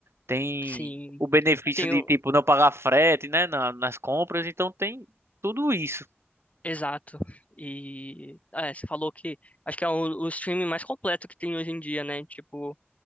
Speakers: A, on the right (about 70°); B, on the left (about 30°).
A: Tem
B: Sim.
A: o benefício
B: Tem,
A: de tipo não pagar frete, né, na- nas compras, então tem tudo isso.
B: Exato. E é, você falou que acho que é o, o streaming mais completo que tem hoje em dia, né? Tipo,